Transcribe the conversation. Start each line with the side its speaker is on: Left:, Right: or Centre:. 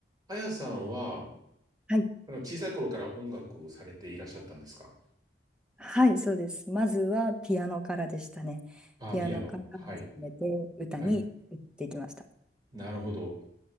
Right: あやさんは、
Centre: はい、
Right: あの、小さい頃から音楽をされていらっしゃったんですか
Centre: はい、そうです。まずはピアノからでしたね。
Right: あ、
Centre: ピアノから始めて歌に行っていきました。
Right: ピアノ。はい。はい。なるほど。